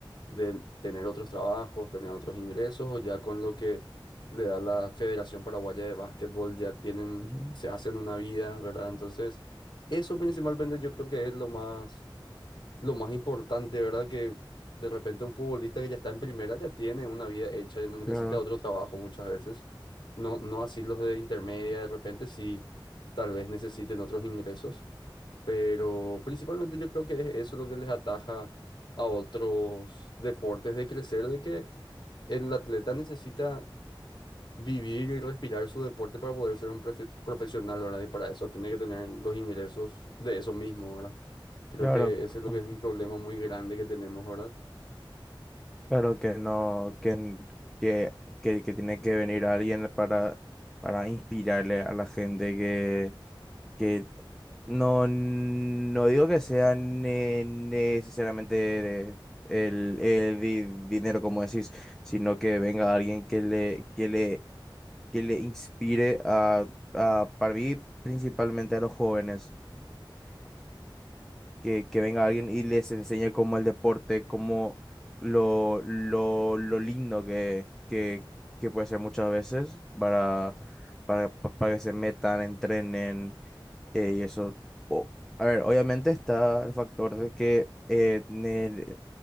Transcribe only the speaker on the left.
de tener otros trabajos, tener otros ingresos, o ya con lo que le da la Federación Paraguaya de Básquetbol ya tienen,
se hacen una vida, ¿verdad? Entonces, eso principalmente yo creo que es lo más, lo más importante, ¿verdad? Que de repente un futbolista que ya está en primera ya tiene una vida hecha, ya no necesita
otro trabajo muchas veces. No, no así los de intermedia, de repente sí, tal vez necesiten otros ingresos. Pero principalmente yo creo que es eso lo que les ataja a otros deportes de crecer, de que el atleta necesita vivir y respirar su deporte para poder ser un profe- profesional, ¿verdad? Y para eso tiene que tener los ingresos de eso mismo, ¿verdad? Creo
que ese es lo
que es un problema muy grande que tenemos, ¿verdad?